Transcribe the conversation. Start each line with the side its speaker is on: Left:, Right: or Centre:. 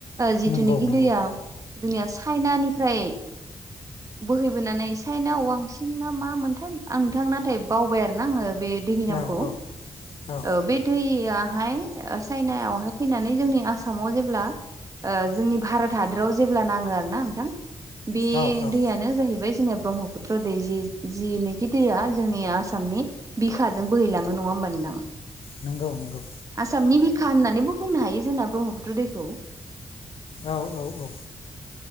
Right: जिथुनिखि
Left: नंगौ नंगौ
Right: दैया जोंनिया चाइनानिफ्राय बोहैबोनानै चाइनाव वांसिं ना मा मोनथाय आं नोंथां नाथाय बावबाय आरो ना आङो बे दैनि
Left: औ
Right: नामखौ
Left: औ औ
Right: ओ बे दैआहाय चाइनायावहाय फैनानै जोंनि आसामाव जेब्ला ओ जोंनि भारत हादराव जेब्ला नाङो आरो ना नोंथां बे
Left: औ औ
Right: नो जाहैबाय जोंनिया ब्रह्मपुत्र दै जि जिनोखि दैया जोंनि आसामनि बिखाजों बोहैलाङो नङा होमबा नोंथां?
Left: नोंगौ नंगौ।
Right: आसामनि बिखा होननानैबो बुंनो हायो जोंना ब्रह्मपुत्र दैखौ।
Left: औ औ औ।